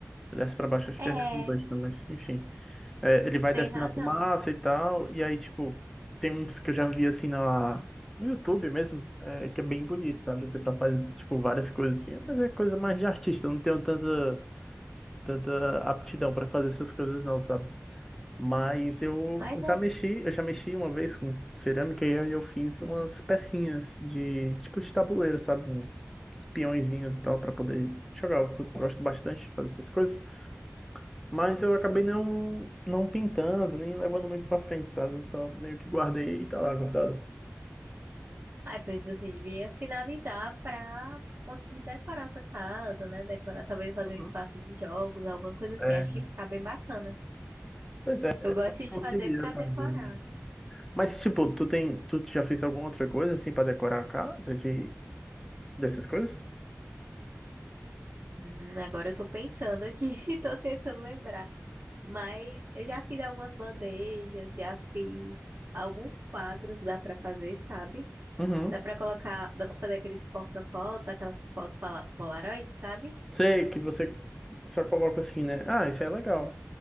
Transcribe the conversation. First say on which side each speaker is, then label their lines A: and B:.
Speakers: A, in the centre; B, on the right.
A: Desce para baixo, acho
B: É,
A: que é redundante, né? Mas enfim. É, ele vai
B: tem
A: descendo
B: razão.
A: a fumaça e tal, e aí, tipo, tem uns que eu já vi assim na, no YouTube mesmo, é, que é bem bonito, sabe? O pessoal faz, tipo, várias coisas assim, mas é coisa mais de artista, eu não tenho tanta, tanta aptidão para fazer essas coisas, não, sabe? Mas eu
B: Mas é
A: já mexi, eu já mexi uma vez com cerâmica e aí eu fiz umas pecinhas de tipo de tabuleiro, sabe? Uns, uns peõezinhos e tal para poder jogar. Eu gosto bastante de fazer essas coisas, mas eu acabei não não pintando, nem levando muito para frente, sabe? Eu só meio que guardei e tá lá guardado.
B: Aí, pois você devia finalizar pra conseguir decorar sua casa, né? Decorar, talvez fazer
A: Uhum.
B: um espaço de jogos, alguma coisa assim.
A: É,
B: Acho que fica bem bacana.
A: Pois é,
B: Eu gosto de
A: eu
B: fazer
A: queria
B: pra decorar.
A: fazer. Mas tipo, tu tem, tu já fez alguma outra coisa assim para decorar a casa de dessas coisas?
B: Hum, agora eu tô pensando aqui <laughs> e tô tentando lembrar. Mas eu já fiz algumas bandejas, já fiz alguns quadros, dá pra fazer, sabe?
A: Uhum.
B: Dá pra colocar, dá pra fazer aqueles porta-foto, aquelas fotos pala- Polaroid, sabe?
A: Sei que você só coloca assim, né? Ah, isso é legal.